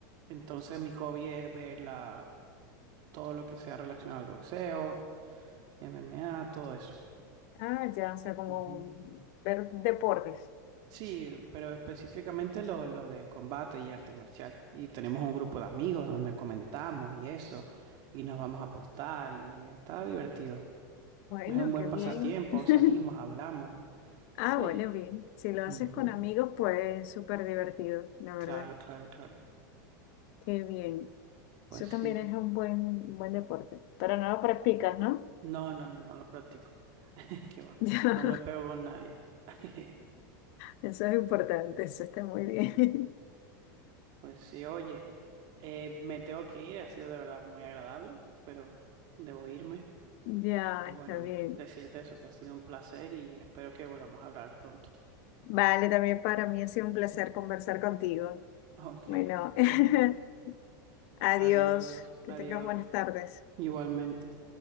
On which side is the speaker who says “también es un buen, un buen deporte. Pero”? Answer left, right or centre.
Left